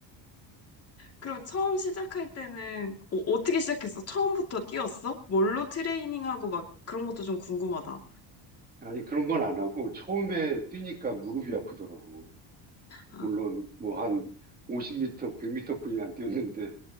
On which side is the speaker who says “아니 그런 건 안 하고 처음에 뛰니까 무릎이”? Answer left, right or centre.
Right